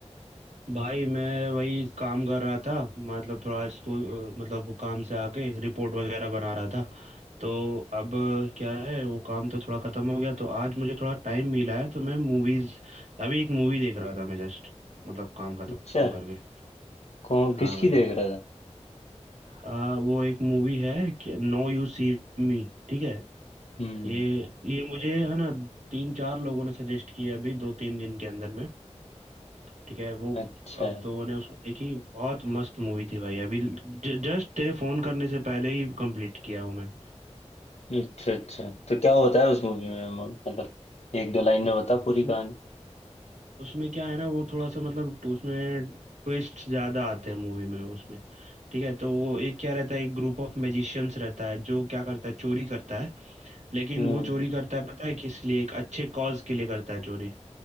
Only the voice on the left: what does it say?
अच्छा
कौन
किसकी
देख रहा था
हम्म
अच्छा
अच्छा अच्छा तो क्या होता है उस मूवी में म- मतलब एक दो लाइन
में बता पूरी
कहानी
हम्म